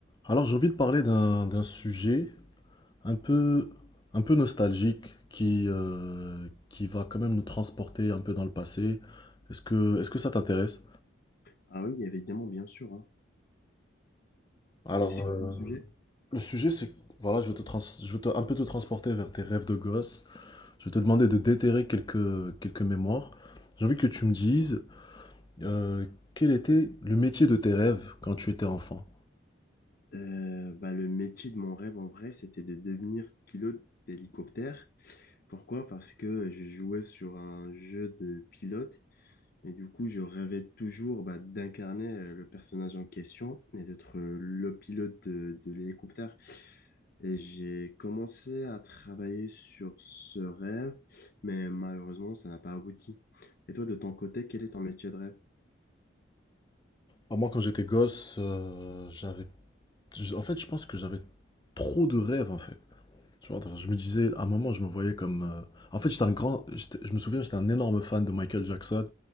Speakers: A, on the left; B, on the left.
A: Alors, j'ai envie de parler d'un d'un sujet un peu, un peu nostalgique qui, euh, qui va quand même nous transporter un peu dans le passé. Est-ce que, est-ce que ça t'intéresse?
B: Ah oui, évidemment, bien sûr. hein.
A: Alors,
B: Et c'est
A: euh,
B: quoi le sujet?
A: le sujet, c'est, voilà, je vais te trans- je vais te- un peu te transporter vers tes rêves de gosse. Je vais te demander de déterrer quelques, quelques mémoires. J'ai envie que tu me dises euh, quel était le métier de tes rêves quand tu étais enfant?
B: Euh, bah, le métier de mon rêve en vrai, c'était de devenir pilote d'hélicoptère. Pourquoi? Parce que je jouais sur un jeu de pilote et du coup, je rêvais toujours bah, d'incarner euh, le personnage en question et d'être euh, le pilote de, de l'hélicoptère. Et j'ai commencé à travailler sur ce rêve, mais malheureusement, ça n'a pas abouti. Et toi, de ton côté, quel est ton métier de rêve?
A: Alors, moi, quand j'étais gosse, euh, j'avais, j- en fait, je pense que j'avais trop de rêves, en fait. Tu vois, donc je me disais, à un moment, je me voyais comme. euh, En fait, j'étais un grand. j'étais- Je me souviens, j'étais un énorme fan de Michael Jackson,